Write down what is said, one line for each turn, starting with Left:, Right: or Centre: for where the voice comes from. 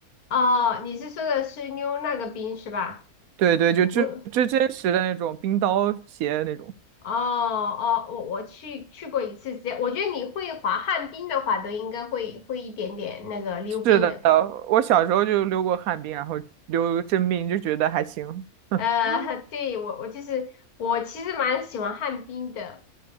Left: 哦，你是说的是溜那个冰是吧？
Right: 对对，就这这真实的那种冰刀鞋那种。
Left: 我哦哦，我我去去过一次，直接我觉得你会滑旱冰的话，都应该会会一点点那个溜冰的。
Right: 是的，我小时候就溜过旱冰，然后溜个真冰，就觉得还行。<laughs>
Left: 呃，<laughs> 对我我其实我其实蛮喜欢旱冰的，